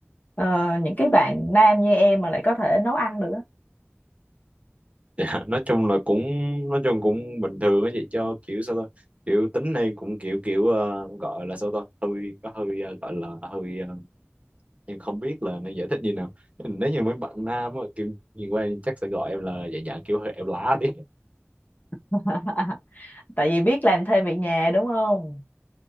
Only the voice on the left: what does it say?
ờ, những cái bạn nam như em mà lại có thể nấu ăn được á.
<laughs> tại vì biết làm thêm việc nhà đúng không